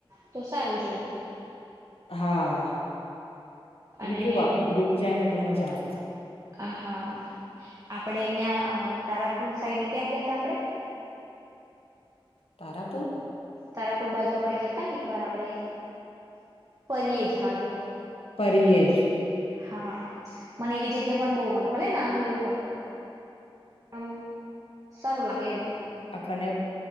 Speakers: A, on the right; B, on the left.
A: તો સારું જોડે.
B: હા.
A: અને
B: કેવું આખું ગ્રુપ જાય ને. તો મજા આવે.
A: હા, હા, આપડે અહિયાં તારાપુર સાઈડ ક્યાં ગયા હતા? આપડે.
B: તારાપુર.
A: તારાપુર બાજુ આપણે ગયા હતા ને, એકવાર આપણે ફરીએ જ હજુ.
B: ફરીએ જ.
A: હા, મને એવી જગ્યા પણ બહુ ગમે, ભલે નાનું એવું હોય. હ, સારું લાગે. કેમ?
B: આખરે એવું.